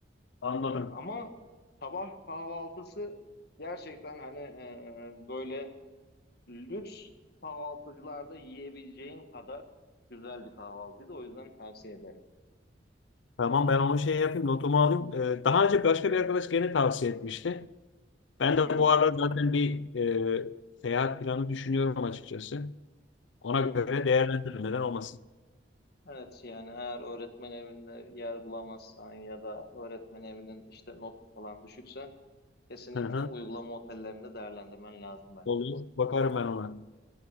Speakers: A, on the left (about 80°); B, on the left (about 60°).
A: anladım.
B: Ee, ama sabah kahvaltısı gerçekten hani e, böyle lüks kahvaltıcılarda yiyebileceğin kadar güzel bir kahvaltıydı. O yüzden tavsiye ederim.
A: Tamam ben onu şey yapayım notumu alayım. Ee, daha önce başka bir arkadaş gene tavsiye etmişti. Ben
B: Hı hı,
A: de bu aralar zaten bir e, seyahat planı düşünüyorum açıkçası. Ona
B: hı hı.
A: göre değerlendiririm neden olmasın.
B: Evet yani eğer öğretmen evinde yer bulamazsan ya da öğretmen evinin işte not falan düşükse kesinlikle
A: Hı hı.
B: uygulama otellerinde değerlendirmen lazım bence.
A: Olur bakarım ben ona.